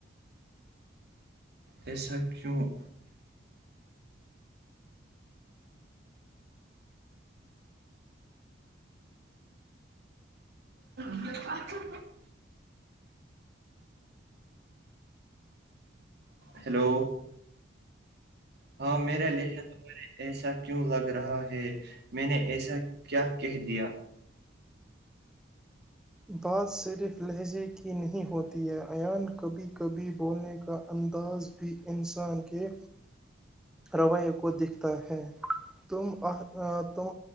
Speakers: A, on the right (about 60°); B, in the centre.
A: ایسب کیونوں آات تو ہلو ہاں میرا لیے تمہارے ایسا کیوں لگا رہا ہے میں نے ایسا کیا کہہ دیا
B: بات صرف لہجے کی نہیں ہوتی ہے ایان کبھی کبھی بولنے کا انداز بھی انسان کے رویے کو دکھتا ہے تم تم